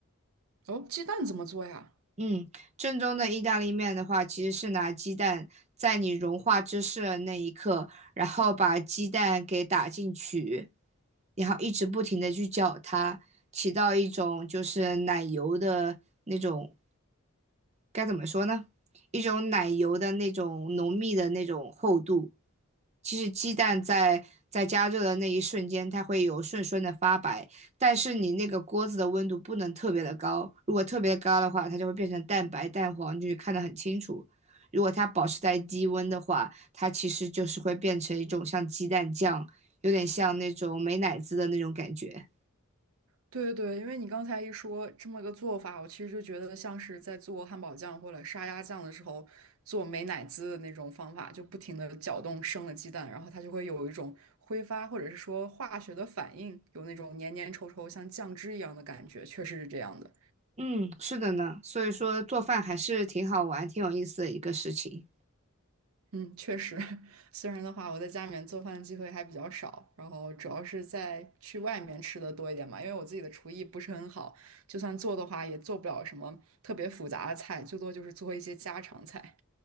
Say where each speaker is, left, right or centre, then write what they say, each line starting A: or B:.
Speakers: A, on the right (about 75°); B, on the right (about 30°).
A: 哦，鸡蛋怎么做呀？
B: 嗯，正宗的意大利面的话，其实是拿鸡蛋在你融化芝士的那一刻，然后把鸡蛋给打进去，然后一直不停的去搅它，起到一种就是奶油的那种，该怎么说呢？一种奶油的那种浓密的那种厚度。其实鸡蛋在在加热的那一瞬间，它会有顺顺的发白，但是你那个锅子的温度不能特别的高，如果特别高的话，它就会变成蛋白、蛋黄，就是看得很清楚。如果它保持在低温的话，它其实就是会变成一种像鸡蛋酱，有点像那种美乃滋的那种感觉。
A: 对对对，因为你刚才一说这么个做法，我其实就觉得像是在做汉堡酱或者沙拉酱的时候做美乃滋的那种方法，就不停的搅动生的鸡蛋，然后它就会有一种挥发或者是说化学的反应，有那种黏黏稠稠像酱汁一样的感觉，确实是这样的。
B: 嗯，是的呢，所以说做饭还是挺好玩、挺有意思的一个事情。
A: 嗯，确实，<laughs> 虽然的话，我在家里面做饭的机会还比较少，然后主要是在去外面吃的多一点嘛，因为我自己的厨艺不是很好，就算做的话，也做不了什么特别复杂的菜，最多就是做一些家常菜。